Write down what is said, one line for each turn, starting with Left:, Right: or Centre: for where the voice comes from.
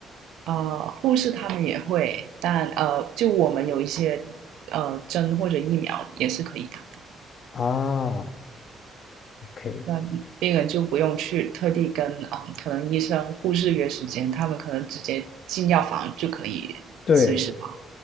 Right: 呃，护士他们也会，但呃，就我们有一些呃针或者疫苗也是可以打的，
Left: 啊。OK，
Right: 那病人就不用去特地跟啊，呃可能医生、护士约时间，他们可能直接进药房就可以随时打
Left: 对